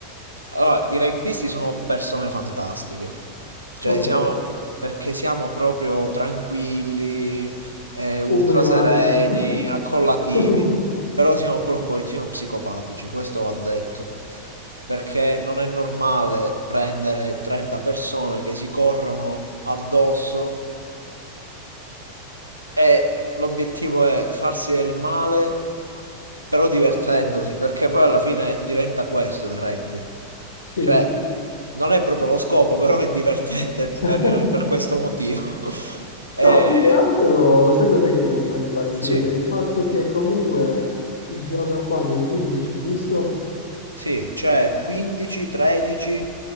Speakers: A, on the right; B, on the left.
A: Allora, i rugbyisti sono persone fantastiche. Cioè,
B: Ok,
A: siamo... perché siamo proprio tranquilli, eh, ultra
B: ubriachi.
A: sereni,
B: <laughs>
A: accollativi. Però siamo pure un pochettino psicopatici, questo va detto. Perché non è normale prendere 30 persone che si corrono addosso E l'obiettivo è farsi del male, però divertendosi, perché poi alla fine diventa questo il rugby.
B: Sì.
A: Cioè, non è proprio lo scopo, però è divertente
B: <laughs>
A: per, per questo motivo. <laughs> E,
B: No, più che altro, lo sai cos'è che mi fa impazzire?
A: sì,
B: Il fatto che comunque si gioca quando? In 15, giusto?
A: sì, c'è 15, 13,